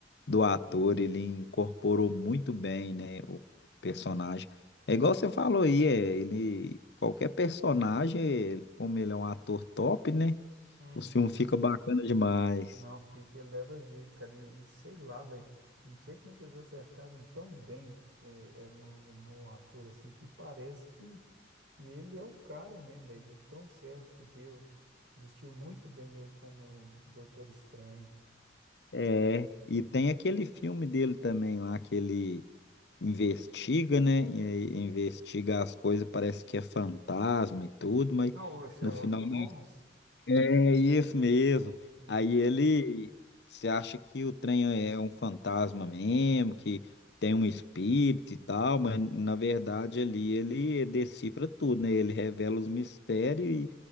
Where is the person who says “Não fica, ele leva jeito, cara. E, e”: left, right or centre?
Right